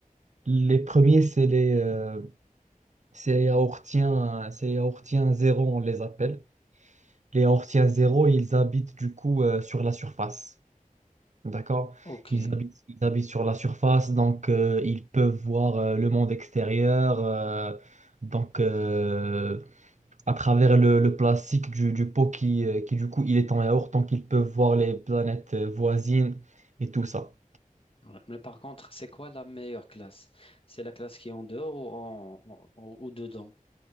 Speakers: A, on the right; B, on the left.
A: Les premiers, c'est les, euh, C'est les yaourtiens, c'est les yaourtiens zéro, on les appelle. Les yaourtiens zéro, ils habitent du coup euh, sur la surface. D'accord?
B: Ok.
A: Ils habitent, ils habitent sur la surface, donc euh, ils peuvent voir euh, le monde extérieur. euh, donc euh, à travers le, le plastique du, du pot qui, euh, qui du coup il est en yaourt, donc ils peuvent voir les planètes euh, voisines et tout ça.
B: Ouais. Mais par contre, c'est quoi la meilleure classe? C'est la classe qui est en dehors ou, en, en- ou dedans?